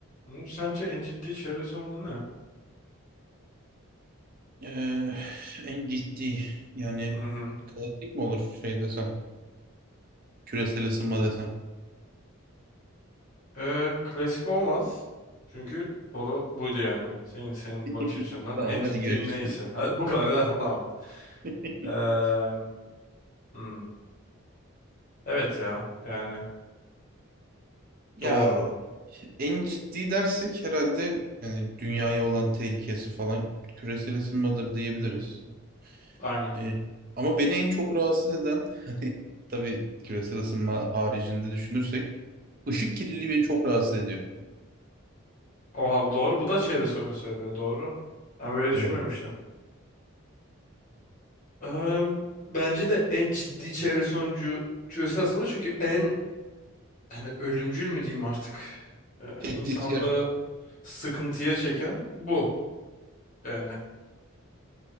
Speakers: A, on the left (about 35°); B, on the right (about 40°).
A: Umut sence en ciddi çevre sorunu ne?
B: Ee, en ciddi yani
A: Hı hı.
B: klasik mi olur şey desem küresel ısınma desem.
A: Ee, klasik olmaz. Çünkü soru buydu yani. Senin senin
B: <laughs>
A: bakış açından
B: Tamam
A: en
B: hadi
A: ciddi
B: görüşürüz.
A: neyse. Ha, bu kadar da <laughs> anlama.
B: <laughs>
A: Ee, hmm. Evet ya yani
B: Ya
A: doğru.
B: en ciddi dersek herhalde yani dünyaya olan tehlikesi falan küresel ısınmadır diyebiliriz.
A: Aynen.
B: Ee, ama beni en çok rahatsız eden <laughs> hani tabii küresel ısınma haricinde düşünürsek ışık kirliliği beni çok rahatsız ediyor.
A: Oha bu doğru. Bu da çevre sorunu söyleniyor doğru. Ben böyle düşünmemiştim.
B: Evet.
A: Eee, bence de en ciddi çevre sonucu çözülse aslında çünkü en hani ölümcül mü diyeyim artık eee,
B: Tehdit
A: insanlığı
B: yer.
A: sıkıntıya çeken bu yani.